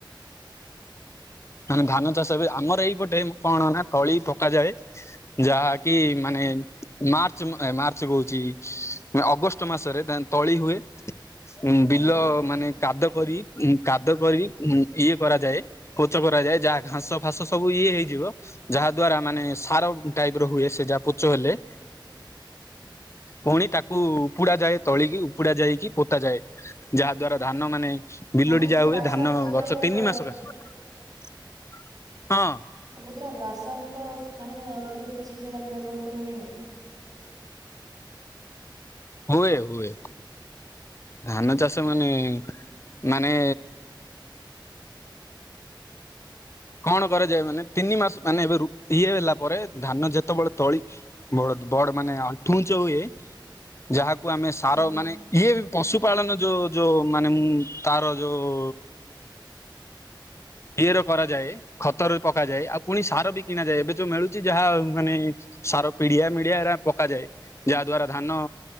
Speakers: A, on the left; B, on the right.
A: ମାନେ ଧାନ ଚାଷ ବି ଆମର ଏଇପଟେ କଣ ନା ତଳି ପକାଯାଏ। ଯାହାକି ମାନେ ମାର୍ଚ୍ଚ ମାର୍ଚ୍ଚ କହୁଛି ଅଗଷ୍ଟ ମାସରେ ତଳି ହୁଏ। ଉ ବିଲ
B: ଆଜ୍ଞା
A: ମାନେ କାଦ କରି କାଦ କରି ଇଏ କରାଯାଏ। ପୋଚ କରାଯାଏ ଯାହା ଘାସ ଫାସ ସବୁ ଇଏ ହେଇଯିବ। ଯାହା ଦ୍ଵାରା ମାନେ ସାର ଟାଇପ ର ହୁଏ ସେ ଯାହା ପୋଚ ହେଲେ। ପୁଣି ତାକୁ ଉପୁଡା ଯାଏ ତଳିକି ଉପୁଡା ଯାଇକି ପୋତା ଯାଏ ଯାହା ଦ୍ଵାରା ଧାନ ମାନେ ବିଲୁଡି
B: ମାନେ କିଛି
A: ଯାହା ହୁଏ
B: ରାସାୟନିକ
A: ଧାନ
B: ଦ୍ରବ୍ୟ
A: ଗଛ ତିନି
B: ର
A: ମାସ ସକାଶେ ହଁ।
B: ମୁଁ କହୁଥିଲ ରାସାୟନିକ ମାନେ ଦବ୍ୟ କିଛି ସେଟାର ବ୍ୟବହୃତ ହୁଏ ନାହିଁ।
A: ହୁଏ ହୁଏ। ଧାନ ଚାଷ ମାନେ ମାନେ କଣ କରାଯାଏ ମାନେ ତିନି ମାସ ମାନେ ଏବେ ଇଏ ହେଲା ପରେ ଧାନ ଯେତେବେଳେ ତଳି ବ ବଡ ମାନେ ଆଣ୍ଠୁ ଉଞ୍ଚ ହୁଏ ଯାହାକୁ ଆମେ ସାର
B: ଆଜ୍ଞା
A: ମାନେ ଇଏ ବି ପଶୁ ପାାଳନ ଯୋଉ ଯୋଉ ମାନେ ମୁଁ ତାର ଯୋଉ ଇଏର କରାଯ ଯାଏ ଖତରେ ପକାଯାଏ ଆଉ ପୁଣି ସାର ବି କିଣାଯାଏ ଏବେ ଯୋଉ ମିଳୁଛି ଯାହା ମାନେ ସାର ପିଡିଆ ମିଡିଆ ଏରା ପକାଯାଏ ଯାହା ଦ୍ଵାରା ଧାନ।